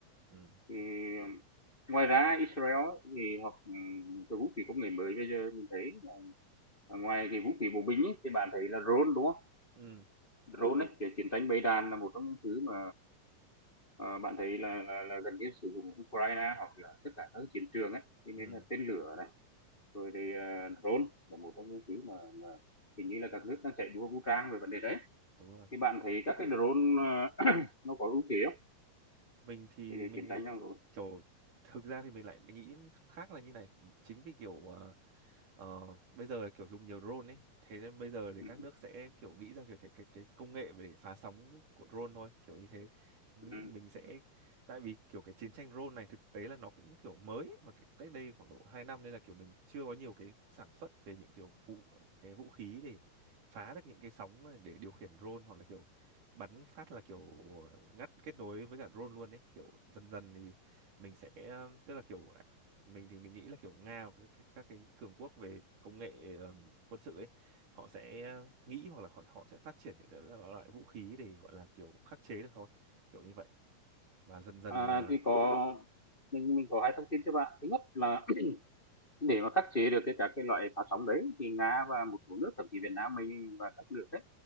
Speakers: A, on the right (about 65°); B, on the left (about 15°).
A: Ừ.
B: thì um, ngoài ra Israel ấy, thì họ ừm, cái vũ khí công nghệ mới bây giờ mình thấy là ngoài cái vũ khí bộ binh ấy, thì bạn thấy là drone đúng không
A: Ừ.
B: drone ấy kiểu chiến tranh bầy đàn là một trong những thứ mà ờ, bạn thấy là, là, là gần như sử dụng Ukraine hoặc là tất cả các chiến trường ấy cho
A: Ừ.
B: nên là tên lửa rồi thì uh, drone là một trong những thứ mà, mà hình như là các nước đang chạy đua vũ trang về vấn đề đấy
A: Đúng rồi
B: thì bạn thấy các cái drone ờ, <clears throat> <laughs> nó có ưu thế không
A: mình thì
B: thì để
A: mình
B: chiến tranh trong rồi
A: kiểu thực ra thì mình lại nghĩ khác là như này chính vì kiểu Ờ, bây giờ là kiểu dùng nhiều drone ấy thế nên bây giờ thì
B: ừ.
A: các nước sẽ kiểu nghĩ ra kiểu cái cái cái công nghệ để phá sóng của drone thôi kiểu như thế nghĩ
B: Ừ.
A: mình sẽ tại vì kiểu cái chiến tranh drone này thực tế là nó cũng kiểu mới ấy, mà cái, cách đây khoảng độ 2 năm nên là kiểu mình chưa có nhiều cái sản xuất về những kiểu phụ cái vũ khí để phá được những cái sóng này để điều khiển drone hoặc là kiểu bắn phát là kiểu ngắt kết nối với cả drone luôn ấy kiểu dần dần thì mình sẽ tức là kiểu mình thì mình nghĩ là kiểu Nga hoặc các, các các cái cường quốc về công nghệ ờm, quân sự ấy họ sẽ ờ, nghĩ hoặc là họ, họ sẽ phát triển những cái lo- loại vũ khí để gọi là kiểu khắc chế được thôi kiểu như vậy và dần dần
B: À,
A: là
B: thì có mình mình có hai thông tin cho bạn thứ nhất là <clears throat> để mà khắc chế được cái các cái loại phát sóng đấy thì Nga và một số nước thậm chí Việt Nam mình và các nước đấy